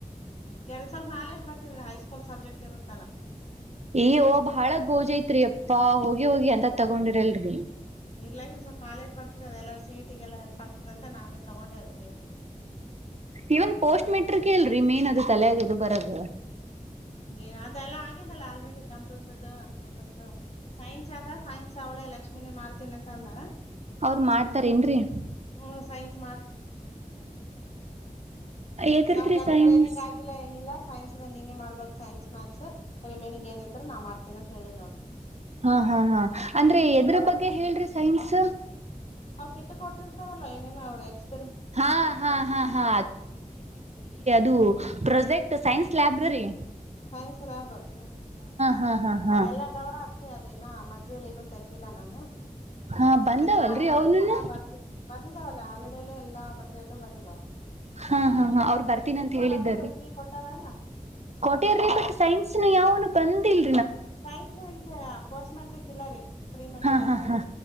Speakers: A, on the left; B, on the right.
A: ಗೆರೆ ಸ್ವಲ್ಪ ನಾಲೆಜ್ ಬರ್ತದೆ ಹೈ ಸ್ಕೂಲ್. ಸ್ಕೂಲ್ ಸಬ್ಜೆಕ್ಟ್ ಇರುತ್ತಲ್ಲ ಹ್ಮ್.
B: ಅಯ್ಯೋ <unintelligible> ಐತ್ರಿ ಅಪ್ಪಾ ಹೋಗಿ ಹೋಗಿ ಅಂತ ತಗೊಂಡಿರಲ್ರಿ.
A: <inaudible> ಇಗೆಲ್ಲ ಹೆಲ್ಪ್ ಆಗ್ತದೆ ಅಂತ ನಾನೇ ತಗೊಂಡೆ ಅದು ಬೇ.
B: ಇವನ್ ಪೋಸ್ಟ್ ಮೆಟ್ರಿಕ್ ಇಲ್ರಿ. ಮೇನ್ ಅದಕ್ ಅಲ್ಲ ಇದಕ್ ಬರದು
A: ಏ ಅದೆಲ್ಲ ಆಗಿದೆಲ್ಲ ಆಲ್ರೆಡಿ ಕಂಪ್ಯೂಟರ್ದು ಅದರದ್ದು <inaudible> <unintelligible> ಮಾಡ್ತೀನಿ ಅಂತ ಅಂದ
B: <inaudible>
A: ಹ್ಮ ಸೈನ್ಸ್
B: ಎದರ್ದ್ರಿ
A: ನಮ್ಗ ಅದು
B: ಸೈನ್ಸ್
A: ಟ್ರೈನಿಂಗ್ ಆಗಿಲ್ಲ ಏನಿಲ್ಲ ಸೈನ್ಸ್ ನೀನೇ ಮಾಡ್ಬೇಕ ಸೈನ್ಸ್ ಮ್ಯಾತ್ಸ್ ರಿಮೇನಿಂಗ್ ಏನಿದ್ ನಾ ಮಾಡ್ತೇನ ಅಂತ ಹೇಳಿದೀನಿ ಅವಕ್ಕೆ.
B: ಹಾ ಹಾ ಹಾ ಅಂದ್ರೆ ಎದ್ರ
A: ತಗೊಂಡೆ
B: ಬಗ್ಗೆ ಹೇಳ್ರಿ ಸೈನ್ಸ್.
A: ಅವ್ ಕಿಟ್ಟ ಕೊಟ್ಟಿರ್. ಕೊಡುತರಲ್ಲ ಏನನು ಅವ್ರ ಎಕ್ಸ್
B: ಹಾ ಹಾ ಹಾ ಹಾ. ದು project science library
A: science lab ಹ್ಮ
B: ಹಾ ಹಾ ಹಾ
A: ಅದೆಲ್ಲದವಾ ಅದ್ಕೆ ಇನ್ನ ಮಟೀರಿಯಲ್ ಏನು ತೆಗ್ದಿಲ್ಲ ನಾನು. ಹ್ಮ
B: ಹಾ ಬಂದವಲ್ರರಿ
A: ಇವತ್ ನಾಳೆ
B: ಅವನುನು
A: ಮಧ್ಯಾಹ್ನ ಬರ್ತ ಬಂದಿದ್ದಾವಲ್ಲ ಹಾಲಿಡೇಲ್ಲೇ ಎಲ್ಲಾ ಮಟರಿ ಎಲ್ಲೂ ಬಂದಿದ್ <unintelligible>
B: ಹಾ ಹಾ ಹಾ ಅವ್ರು ಬರ್ತೀನ್ ಅಂತ್ ಹೇಳಿದ್ದಾರಿ
A: ಬಂದಿರ್ಬೇಕ್ ಈಗ ಕೊಟ್ಟಾರ ಇಲ್ಲ
B: ಕೋಟಿಯರ್ರಿ ಬಟ್ ಸೈನ್ಸ್ನು ಯಾವನು ಬಂದಿಲ್
A: ಸೈನ್ಸ್ ಮಾಡಿದ್ದನ್ನ ಪೋಸ್ಟ್ ಮ್ಯಾಟ್ರಿಕ್ ಇಲ್ಲ ರೀ ಪ್ರಿ ಮೆಟ್ರಿಕ್
B: ಹಾ ಹಾ
A: ಅಷ್ಟೇ
B: ಹಾ
A: ಅವು